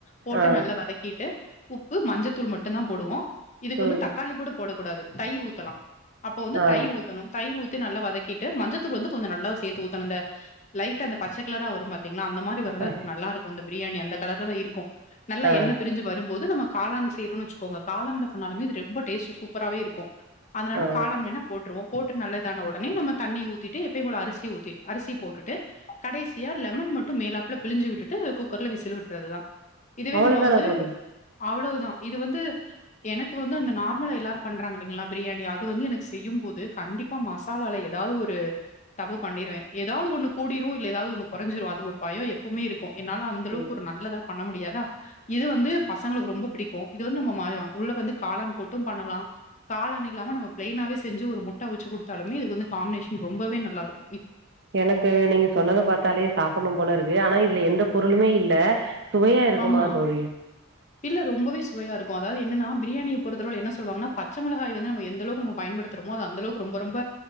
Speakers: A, on the left; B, on the right.
A: போட்டு
B: ஆ
A: நல்லா வதக்கிட்டு உப்பு மஞ்சத்தூள் மட்டுதா போடுவோ இதுக்கு வந்து
B: ம்
A: தக்காளி கூட போட கூடாது தயிர் ஊத்தலா அப்ப வந்து
B: ஆ
A: தயிர் ஊத்தணு தயிர் ஊத்தி நல்லா வதக்கிட்டு மஞ்சத்தூள் வந்து கொஞ்ஜோ நல்லா சேத்து ஊத்தணுங்க லைட்டா அந்த பச்ச கலரா வரு பாத் அந்த மாரி வரது
B: ஆ
A: நல்லா இருக்கு அந்த பிரியாணி அந்த கலர்ல தா இருக்கு நல்லா
B: ஆ ஆ
A: என்ன பிரிஞ்சி வரு போது நம்ப காளான் செய்ரோன்னு வச்சுக்கோங்க காலன்ல பண்ணாலுமே இது ரொம்ப டேஸ்ட்டு சூ சூப்பராவே இருக்கு அதனால
B: ஆ
A: காளான் வேனா போட்ருவோ போட்டு நல்லா இதான ஒடனே நம்ப தண்ணி ஊத்தீட்டு எப்பயு போல அரிசி ஊத்தி அரிசி போட்டுட்டு கடைசியா லெமன் மட்டு மேலாப்ல பிழிஞ்சி விட்டுட்டு குக்கர்ல விசில் விட்றதுதா இதுவே
B: அவ்வளோ
A: நம்ப
B: தானா
A: வந்து
B: தோழி
A: அவ்ளோதா இது வந்து எனக்கு வந்து அந்த நார்மலா எல்லாரு பண்றாங்க இல்லைங்ளா பிரியாணி அது வந்து எனக்கு செய்யும் போது கண்டிப் இப்ப மசாலால ஏதாது ஒரு தப்பு பண்ணிடுவே ஏதாது ஒன்னு கூடிடு இல்ல எதாது ஒன்னு கொறஞ்சிடு அது ஒரு பயோ எப்பமே இருக்கு என்னால அந்த அளவுக்கு
B: ம்
A: ஒரு நல்லதா பண்ண முடியாது இது வந்து பசங்களுக்கு ரொம்ப பிடிக்கு இது வந்து நம்ப <unintelligible> உள்ள வந்து காளான் போட்டு பண்ணலா காளான் இல்லாம நம்ப பிளைனாவே செஞ்சு ஒரு முட்ட வச்சு குடுத்தாலுமே இது வந்து காம்பினேஷன் ரொம்பவே நல்லாருக்கு
B: எனக்கு நீங்க சொன்னத பாத்தாலே சாப்புனு போல இருக்கு ஆனா எந்த பொருளுமே இல்ல அ சுவையா இருக்குமா
A: ஆமா.
B: தோழி
A: இல்ல ரொம்பவே சுவையா இருக்கு அதாது என்னன்னா பிரியாணிய பொருத்தளவுல என்ன சொல்லுவாங்கன்னா பச்ச மொளகாய வந்து நம்ப எந்தளவுக்கு நம்ப பயன்டுத்துறமோ அது அந்தளவுக்கு ரொம்ப ரொம்ப